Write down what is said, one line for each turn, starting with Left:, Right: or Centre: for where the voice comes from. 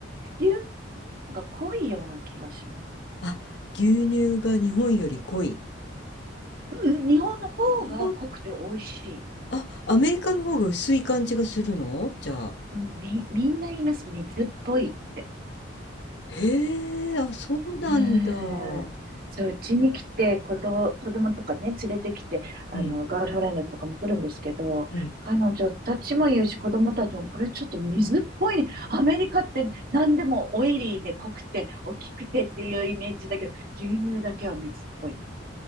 Right: 牛乳の方が濃いような気がします。
Left: あ、牛乳が日本より濃い。
Right: うん、日本の方が濃くて美味しい。
Left: 日本、あ、アメリカの方が薄い感じがするのじゃあ。
Right: うん、み、みんな言います。水っぽいって。
Left: へえ、あ、そうなんだ。
Right: うーん。
Left: う
Right: そう、うちに来て、子供、子供とかね、連れてきて、あの、
Left: ん、
Right: ガールフレンドとかも来るんですけど、
Left: うん。
Right: 彼女たちも言うし、子供たちも、これちょっと水っぽいね。アメリカって何でもオイリーで濃くて、大きくてっていうイメージだけど、牛乳だけは水っぽい。